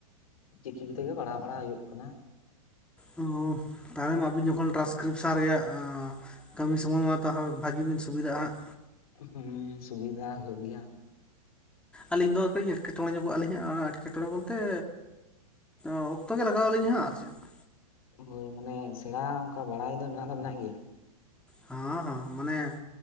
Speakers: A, on the left; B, in the centre.
A: ᱪᱤᱠᱤ ᱠᱚᱛᱮ ᱜᱮ ᱯᱟᱲᱦᱟᱣ ᱵᱟᱲᱟ ᱦᱩᱭᱩᱜ ᱠᱟᱱᱟ
B: ᱚ ᱛᱟᱦᱚᱞᱮ ᱢᱟ ᱟᱵᱤᱱ ᱡᱚᱠᱷᱚᱱ ᱴᱨᱟᱱᱥ ᱠᱨᱤᱯᱥᱚᱱ ᱨᱮᱭᱟᱜ ᱠᱟᱹᱢᱤ ᱥᱚᱢᱚᱭ ᱢᱟ ᱛᱟᱦᱚᱞᱮ ᱵᱷᱟᱹᱜᱤ ᱵᱤᱱ ᱥᱩᱵᱤᱫᱷᱟᱜᱼᱟ ᱦᱟᱸᱜ
A: ᱦᱩᱸ ᱥᱩᱵᱤᱫᱷᱟ ᱦᱩᱭᱩᱜ ᱜᱮᱭᱟ
B: ᱟᱹᱞᱤᱧ ᱫᱚ ᱠᱟᱹᱡ ᱮᱴᱠᱮᱴᱚᱸᱬᱮ ᱧᱚᱜᱚᱜᱼᱟ ᱞᱤᱧ ᱦᱟᱜ ᱚᱱᱟ ᱮᱴᱠᱮᱴᱚᱸᱬᱮ ᱵᱚᱞᱛᱮ ᱚᱠᱛᱚ ᱜᱮ ᱞᱟᱜᱟᱣ ᱟᱹᱞᱤᱧᱟ ᱦᱟᱸᱜ ᱟᱨ ᱪᱮᱫ
A: ᱦᱳᱭ ᱢᱟᱱᱮ ᱥᱮᱬᱟ ᱚᱱᱠᱟ ᱵᱟᱲᱟᱭ ᱫᱚ ᱢᱮᱱᱟᱜ ᱫᱚ ᱢᱮᱱᱟᱜ ᱜᱮᱭᱟ
B: ᱦᱚᱸ ᱦᱚᱸ ᱢᱟᱱᱮ